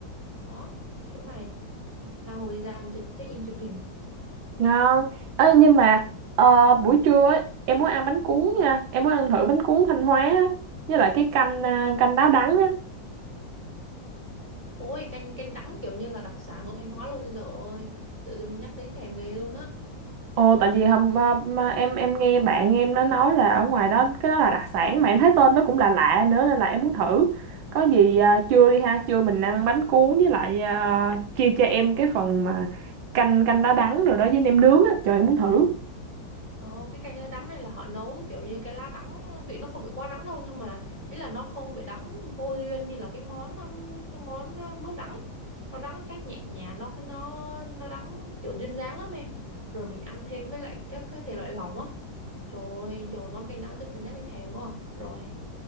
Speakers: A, on the right; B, on the right.
A: đó chỗ này ra Hồ đi ra mình check in chụp hình
B: ngon. Ê, nhưng mà ờ, buổi trưa ấy, em muốn ăn bánh cuốn nha, em muốn ăn thử bánh cuốn Thanh Hóa á, với lại cái canh ờ, canh đá đắng á.
A: Ôi canh canh đắng kiểu như là đặc sản của Thanh Hóa luôn rồi ơi Tự dưng nhắc đến thèm ghê luôn á
B: Ồ, tại vì hôm à, mà em em nghe bạn em nó nói là ở ngoài đó cái đó là đặc sản mà em thấy tên nó cũng là lạ lạ nữa nên là em muốn thử. Có gì à, trưa đi ha, trưa mình ăn bánh cuốn với lại à, chia cho em cái phần mà canh canh đá đắng rồi đó với nem nướng á, trời em muốn thử.
A: Ồ, cái canh lá đắng này là họ nấu kiểu như cái lá đắng vị nó không bị quá đắng đâu nhưng mà ý là nó không bị đắng vô duyên như là cái món um, cái món uh, mướp đắng nó đắng cách nhẹ nhàng nó nó nó đắng kiểu duyên dáng lắm em rồi mình ăn thêm với lại các cái thể loại lỏng á trời ơi trời ơi, món canh đắng tự dưng nhắc đến thèm quá à. rồi